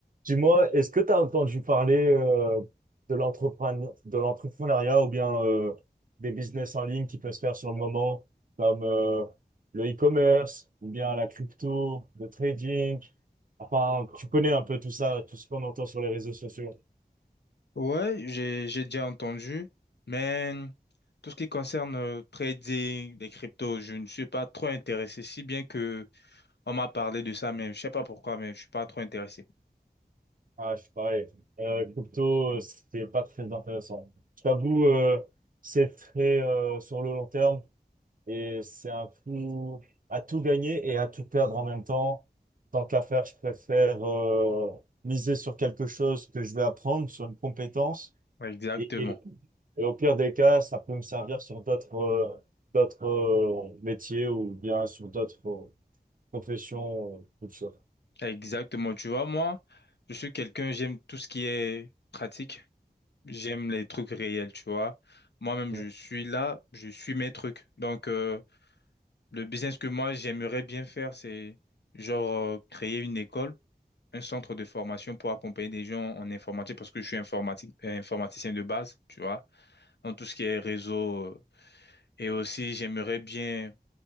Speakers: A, on the right (about 50°); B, on the left (about 75°).
A: Dis-moi, est-ce que tu as entendu parler euh, de l'entrepreneur, de l'entrepreneuriat ou bien euh, des business en ligne qui peuvent se faire sur le moment, comme euh, le e-commerce ou bien la crypto, le trading? Enfin, tu connais un peu tout ça, tout ce qu'on entend sur les réseaux sociaux.
B: Ouais, j'ai j'ai déjà entendu, mais tout ce qui concerne euh, trading des cryptos, je ne suis pas trop intéressé, si bien que on m'a parlé de ça, mais je sais pas pourquoi, mais je suis pas trop intéressé.
A: Ah, je suis pareil. Euh, crypto, euh, c'est pas très intéressant. Je t'avoue, euh, c'est très euh, sur le long terme. Et c'est un coup à tout gagner et à tout perdre en même temps. Tant qu'à faire, je préfère euh, miser sur quelque chose que je vais apprendre, sur une compétence.
B: Ouais, Exactement,
A: Et, et- et au pire des cas, ça peut me servir sur d'autres euh, d'autres euh, métiers ou bien sur d'autres euh, professions. euh, toutes sortes.
B: exactement. Tu vois, moi, je suis quelqu'un, j'aime tout ce qui est pratique. J'aime les trucs réels, tu vois. Moi-même,
A: Ouais.
B: je suis là, je suis mes trucs. Donc, euh, le business que moi, j'aimerais bien faire, c'est genre euh, créer une école, un centre de formation pour accompagner des gens en informatique, parce que je suis informatique, euh, informaticien de base, tu vois, dans tout ce qui est réseau. euh. Et aussi, j'aimerais bien